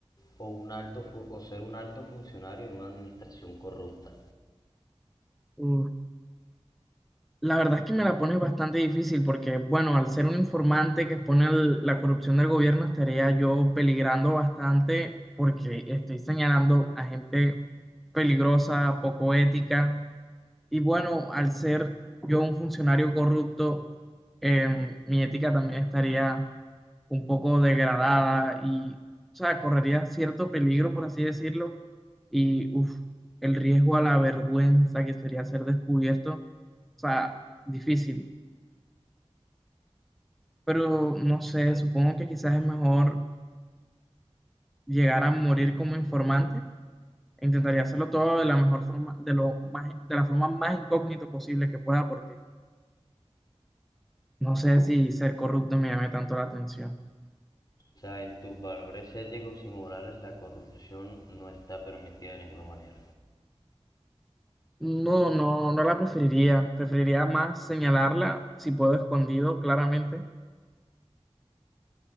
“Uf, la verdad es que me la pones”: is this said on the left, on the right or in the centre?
Centre